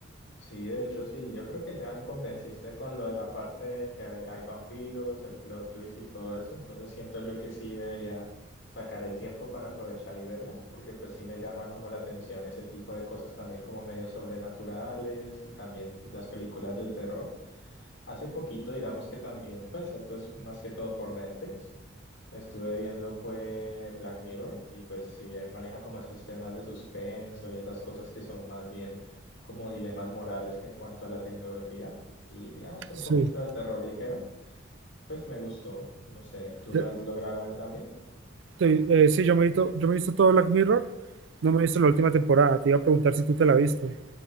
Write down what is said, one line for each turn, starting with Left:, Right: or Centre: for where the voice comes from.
Left: Sí, de hecho, sí, yo creo que ya me convenciste con lo de la parte de que hay, hay vampiros, el plot twist y todo eso, entonces siento yo que sí debería sacar el tiempo para aprovechar y verla, porque pues sí me llama como la atención ese tipo de cosas también como medios sobrenaturales y también pues, las películas del terror. Hace poquito, digamos que también, pues esto es más que todo por Netflix. Me estuve viendo fue Black Mirror y pues si bien maneja como esos temas de suspenso y esas cosas que son más bien como dilemas morales que en cuanto a la tecnología y digamos que
Right: Sí.
Left: un poquito de terror ligero, pues me gustó. No sé, ¿tú
Right: Te-
Left: la has logrado ver también?
Right: te- eh, sí, yo me, he visto- yo me he visto todo Black Mirror, no me he visto la última temporada. Te iba a preguntar si tú te la viste.